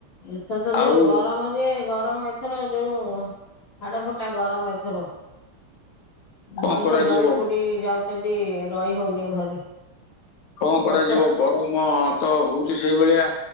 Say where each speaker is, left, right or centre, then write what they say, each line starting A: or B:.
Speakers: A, on the left; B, on the left.
A: ଏଥର ତ
B: ଆଉ
A: ଯୋଉ ଗରମ ଯେ ଗରମ ଏଥର ଯୋଉ ହାଡ ଫୁଟା ଗରମ ଏଥର
B: କଣ
A: ମଣିଷ
B: କରାଯିବ
A: ଜଳି ପୋଡି ଯାଉଛନ୍ତି ରହି ହଉନି ଘରେ
B: କଣ
A: ବର୍ଷା
B: କରାଯିବ ଗରମ ତ ହଉଛି, ସେଇଭଳିଆ